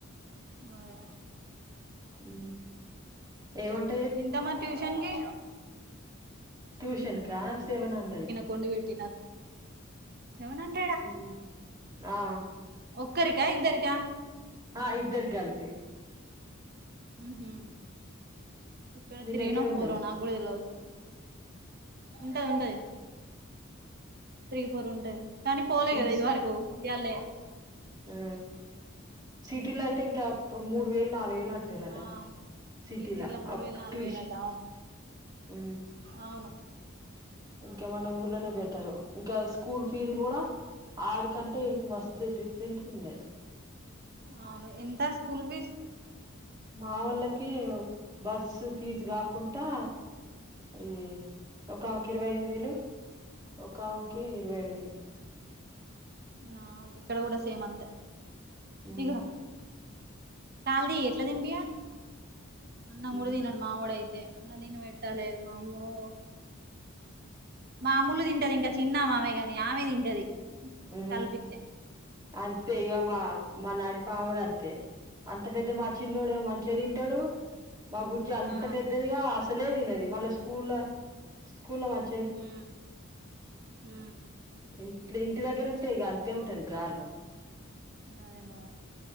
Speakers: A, on the right (about 50°); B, on the right (about 20°).
A: మయ
B: ఊ ఏవంట్
A: ఎంతమ్మ ట్యూషన్కి
B: ట్యూషన్ కా సెవెన్ హండ్రెడ్
A: కొండి వెట్టినా సెవెన్ హా
B: ఊ ఆ
A: ఒక్కరికా ఇద్దరికా
B: ఆ ఇద్దరి గల్ఫే
A: ఊహు హ ఇక్కడ
B: మీ
A: త్రీనో
B: దగ్గర
A: ఫోరొ
B: ఉండదు
A: నా గూడా తెల్వదు ఉంటది ఉంటది త్రీ ఫోర్ ఉంటది కానీ పోలే
B: ఇంకా
A: గదా ఇద్వరకు ఇయాల్నే
B: ఆ సిటీలో అయితే ఇంకా అప్పుడు మూడు వేలు నాలుగు వేలు అంట్ త్తిరట
A: ఆ
B: సిటీలా
A: సిటీల మూడు
B: అప్
A: వేలు నాలుగు
B: టూష్
A: వేలు అట అవును
B: ఊ
A: అవును
B: ఇంక మన ఊర్లోనే బెటరు ఇంకా స్కూల్ ఫీజులు కూడా ఆడికంటే ఇడికి మస్త్ డిఫరెంట్ ఉంది
A: అవును ఎంత స్కూల్ ఫీస్
B: మా వాళ్ళకీ బస్సు ఫీజు గాకుంటా ఇది ఒక ఆమెకి ఇరవై ఐదు వేలు ఒక ఆమెకి ఇరవై వేలు
A: ఆ ఇక్కడ కూడా సేమ్ అంతే
B: ఉమ్
A: దిగరా కాల్దీ ఎట్ల తినిపియా అన్నం
B: ఉమ్
A: కూడ తినరు మావడయితే అన్నం తిన పెట్టాలే వామ్మో మా అమ్ములు తింటది ఇంక చిన్నామె ఆమెగానే ఆమె తింటది
B: ఊ
A: కల్పిత్తే
B: అంతే ఇక మా మా నడిపామె కూడ అంతే అంత పెద్ద మా చిన్నోడేమో మంచిగ తింటడూ మా బుజ్జి అంత
A: ఆ
B: పెద్దదిగా అసలె అసలే తినది మళ్ళ స్కూల్లో స్కూల్లో మంచి
A: ఊ ఊ
B: ఇంట్ ఇంటి దగ్గర ఉంటే ఇక అంతే ఉంటది గార్భం
A: అదే మల్ల